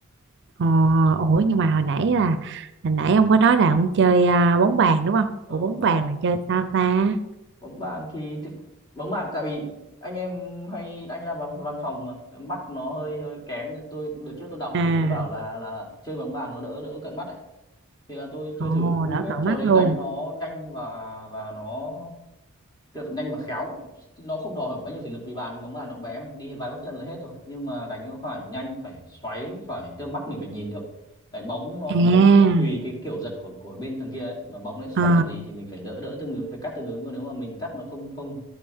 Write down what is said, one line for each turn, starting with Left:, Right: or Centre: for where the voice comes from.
Right: ờ ủa nhưng mà hồi nãy là hồi nãy ông có nói là ông chơi à, bóng bàn đúng không
Left: ờ
Right: ủa bóng
Left: bóng bàn
Right: bàn là chơi sao ta
Left: bóng bàn thì thực bóng bàn tại vì anh em hay anh làm văn, văn phòng mà mắt nó hơi hơi kém nên tôi đợt trước tôi đọc
Right: à
Left: thì thấy bảo là là chơi bóng bàn nó đỡ đỡ cận mắt ấy. Thì là tôi chơi
Right: ồ
Left: thử vui
Right: đỡ
Left: phết
Right: cận
Left: trò
Right: mắt
Left: đấy
Right: luôn
Left: đánh nó nhanh và và nó Tức là nhanh và khéo nó không đòi hỏi quá nhiều thể lực vì bàn bóng bàn nó bé mà. đi vài bước chân là hết rồi nhưng mà đánh nó phải nhanh phải xoáy phải tức là mắt mình phải nhìn được tại bóng nó
Right: à
Left: sẽ tùy cái kiểu giật của của bên thằng kia ấy. mà bóng nó sẽ xoay
Right: ờ
Left: kiểu gì thì mình phải đỡ đỡ tương ứng phải cắt tương ứng còn nếu mà mình cắt mà không không